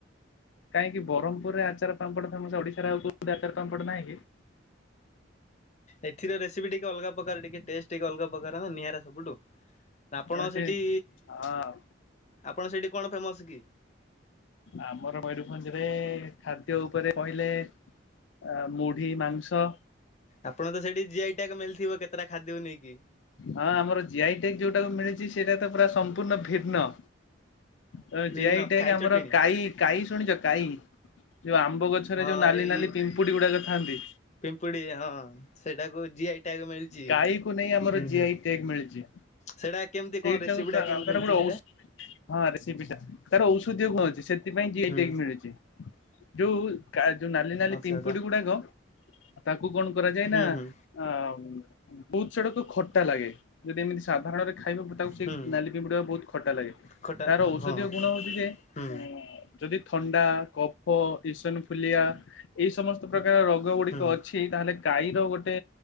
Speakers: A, on the left; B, on the left.
A: କାହିଁକି ବରହମପୁରରେ ଆଚାର ପାମ୍ପଡ଼ ଫେମସ୍ ଓଡିଶାରେ ଆଉ କୋଉଠି ଆଚାର ପାମ୍ପଡ଼ ନାହିଁ କି?
B: ଏଥିରେ ରେସିପି ଟିକେ ଅଲଗା ପ୍ରକାର ଟିକେ ଟେଷ୍ଟ ଟିକେ ଅଲଗା ପ୍ରକାରର ନିଆରା ସବୁଠୁ। ଆପଣ
A: ହଉଛି
B: ସେଠି
A: ହଁ
B: ଆପଣ ସେଠି କଣ ଫେମସ୍ କି?
A: ଆମର ମୟୂରଭଞ୍ଜରେ-ଏ-ଏ ଖାଦ୍ୟ ଉପରେ କହିଲେ ଆ ମୁଢି ମାଂସ।
B: ଆପଣ ତ ସେଠି ଜିଆଇ ଟ୍ୟାଗ୍ ମିଳିଥିବ କେତେଟା ଖାଦ୍ୟକୁ ନେଇକି।
A: ହଁ ଆମର ଜିଆଇ ଟ୍ୟାଗ୍ ଯୋଉଟାକୁ ମିଳିଛି ସେଇଟା ତ ପୁରା ସମ୍ପୂର୍ଣ୍ଣ ଭିନ୍ନ। ତ
B: ଭିନ୍ନ
A: ଜିଆଇ ଟ୍ୟାଗ୍
B: ଖାଇ
A: ଆମର
B: ଚଟଣୀ।
A: କାଇ କାଇ ଶୁଣିଛ କାଇ, ଯୋଉ ଆମ୍ବ ଗଛରେ
B: ହଁ
A: ଯୋଉ ନାଲି
B: ଏଇ
A: ନାଲି ପିମ୍ପୁଡିଗୁଡାକ ଥାନ୍ତି।
B: ପିମ୍ପୁଡି ହଁ ସେଟାକୁ ଜିଆଇ ଟ୍ୟାଗ ମିଳିଛି।
A: କାଇକୁ ନେଇ ଆମର
B: ହୁଁ
A: ଜିଆଇ
B: ହୁଁ
A: ଟ୍ୟେଗ୍ ମିଳିଛି।
B: ସେଇଟା କେମିତି
A: ସେଇଟାକୁ
B: କଣ ରେସିପି
A: <unintelligible>
B: ଟା କେମିତି
A: ଗୋଟେ
B: ହଉଛି
A: ଔଷ୍
B: ସେଇଟା?
A: ହଁ ରେସିପିଟା, ତାର ଔଷଧୀୟ ଗୁଣ ଅଛି ସେଥିପାଇଁ ଜିଆଇ
B: ହୁଁ
A: ଟ୍ୟେଗ୍ ମିଳିଛି। ଯୋଉ କା ଯୋଉ ନାଲି ନାଲି
B: ଆଚ୍ଛା
A: ପିମ୍ପୁଡି
B: ଆଚ୍ଛା
A: ଗୁଡାକ, ତାକୁ କଣ କରାଯାଏ
B: ହୁଁ
A: ନା
B: ହୁଁ
A: ଆ-ଆ ଆମ୍ ବହୁତ ସେଗୁଡାକ ଖଟା ଲାଗେ ଯଦି ଏମିତି ସାଧାରଣରେ ଖାଇବାକୁ ତାକୁ ସେଇ
B: ହୁଁ
A: ନାଲି ପିମ୍ପୁଡିଗୁଡା ବହୁତ ଖଟା ଲାଗେ,
B: ଖଟା
A: ତାର ଔଷଧୀୟ
B: ହଁ
A: ଗୁଣ ହଉଛି ଯେ
B: ହୁଁ ହୁଁ
A: ଉଁ-ଉଁ-ଉଁ ଯଦି ଥଣ୍ଡା, କଫ, ଇସନଫୁଲିଆ ଏଇ ସମସ୍ତ ପ୍ରକାର ରୋଗଗୁଡିକ
B: ହୁଁ।
A: ଅଛି ତାହେଲେ କାଇର ଗୋଟେ